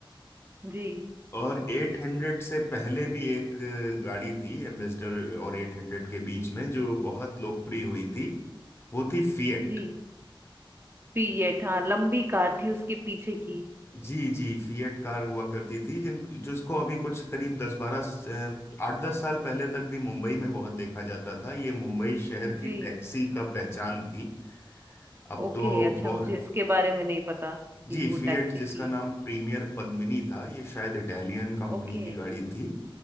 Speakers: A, on the right (about 25°); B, on the left (about 30°).
A: जी
B: और 800 से पहले भी एक अ, गाड़ी थी एम्बेसडर और 800 के बीच में जो बहुत लोकप्रिय हुई थी वो थी फिएट
A: जी पीएट हाँ लंबी कार थी उसके पीछे की
B: जी जी फिएट कार हुआ करती थी जिन जिसको अभी कुछ करीब दस बारह आठ दस साल पहले तक भी मुंबई में बहुत देखा जाता था ये मुंबई शहर
A: जी
B: की टैक्सी का पहचान थी अब
A: ओके
B: तो
A: अच्छा
B: बहुत
A: मुझे इसके बारे में नहीं पता
B: जी
A: कि वो
B: फिएट
A: टैक्सी
B: जिसका
A: थी
B: नाम प्रीमियर पद्मिनी था ये शायद इटालियन कंपनी
A: Okay
B: की गाड़ी थी